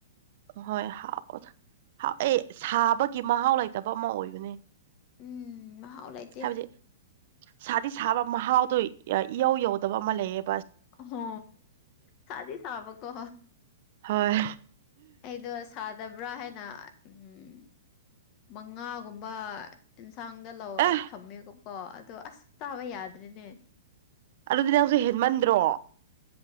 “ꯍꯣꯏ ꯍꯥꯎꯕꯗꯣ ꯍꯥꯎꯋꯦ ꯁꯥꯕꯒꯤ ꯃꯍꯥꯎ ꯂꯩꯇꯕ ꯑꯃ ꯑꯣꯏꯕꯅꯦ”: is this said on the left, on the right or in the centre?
Right